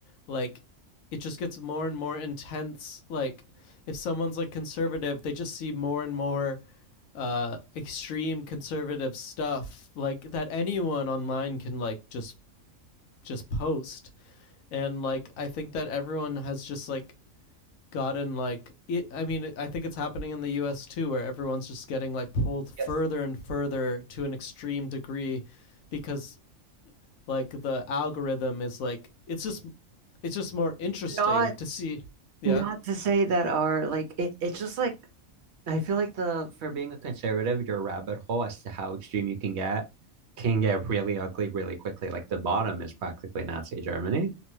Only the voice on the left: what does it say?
like it just gets more and more intense like if someone's like conservative they just see more and more uh extreme conservative stuff like that anyone online can like just just post and like i think that everyone has just like gotten like it, i mean i think it's happening in the us too where everyone's just getting like pulled further
and further to an extreme degree because like the algorithm is like it's just it's just more interesting
to see yeah